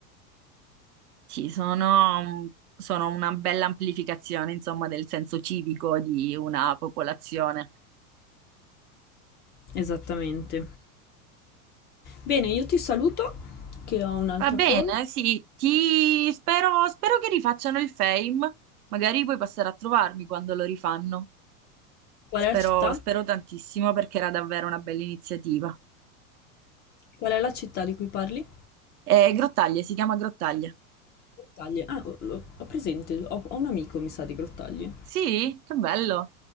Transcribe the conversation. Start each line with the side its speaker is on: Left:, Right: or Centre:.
Right: Sì, sono, sono una bella amplificazione, insomma, del senso civico di una popolazione.
Left: Esattamente. Bene, io ti saluto, che ho un'altra
Right: Va bene,
Left: call
Right: sì, ti spero, spero che rifacciano il Fame, magari puoi passare a trovarmi quando lo rifanno.
Left: Qual
Right: Spero,
Left: è la città?
Right: spero tantissimo perché era davvero una bella iniziativa.
Left: Qual è la città di cui parli?
Right: Eh, Grottaglie, si chiama Grottaglie.
Left: Grottaglie. Ah, ho, ho- ho presente, ho, ho un amico, mi sa, di Grottaglie.
Right: Sì, che bello.